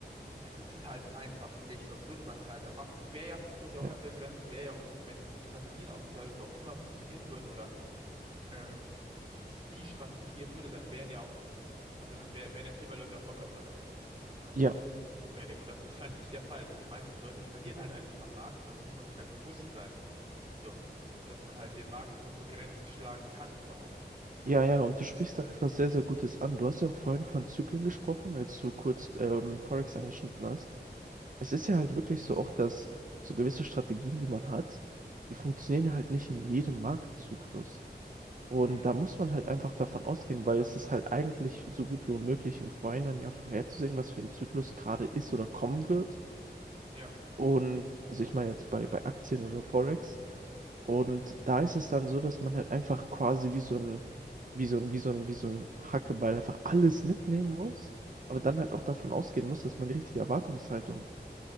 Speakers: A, on the right; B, on the right.
A: es ist es halt einfach nicht, sonst würde man es halt da machen. Sonst wäre ja, muss ja
B: Ja.
A: auch ganz ehrlich sein, sonst wäre ja auch, irgend- wenn die Strategien auch teilweise auch immer funktionieren würden oder ähm, es die Strategie geben würde, dann wären ja auch, also dann wär, wären ja viel mehr Leute erfolgreich damit. Also
B: Ja,
A: mit Trading. Und das ist halt nicht der Fall. Die meisten Leute verlieren halt einfach am Markt. Das muss man sich halt bewusst sein. So, dass man halt den Markt nur begrenzt schlagen kann überhaupt.
B: Ja, ja, und du sprichst da etwas sehr, sehr Gutes an. Du hast ja auch vorhin von Zyklen gesprochen, als du kurz
A: Mhm.
B: ähm, Forex angeschnitten hast. Es ist ja halt wirklich so auch, dass so gewisse Strategien, die man hat, die funktionieren ja halt nicht in jedem Marktzyklus. Und
A: Mhm.
B: da muss man halt einfach davon ausgehen, weil es ist halt eigentlich so gut wie unmöglich, im Vorhinein dann ja vorherzusehen, was für ein Zyklus gerade ist oder kommen wird.
A: Ja,
B: Und also ich meine jetzt bei, bei Aktien oder Forex. Und da ist es dann so, dass man halt einfach quasi wie so ein, wie so ein, wie so ein, wie so ein Hackeball einfach alles mitnehmen muss, aber dann halt auch davon ausgehen muss, dass man die richtige Erwartungshaltung